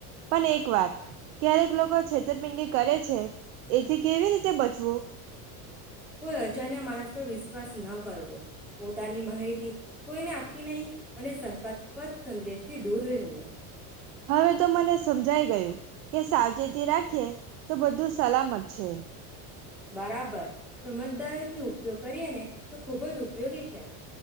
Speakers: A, on the right; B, in the centre.
A: પણ એક વાર ક્યારેક લોકો છેતરપિંડી કરે છે એથી કેવી રીતે બચવું.
B: કોઈ અજાણ્યા માનસ પર વિ. સ ન કરવો પોતાની માહિતી કોઈને. નહી અને શંકાસ્પદ સંદેશથી દૂર રહેવો.
A: હવે તો મને સમજાઈ ગયું કે સાવચેતી રાખીએ તો બધું સલામત છે.
B: બરાબર. સમજદારથી. ઉપયોગ કરીએ ને તો ખુબજ ઉપયોગી છે.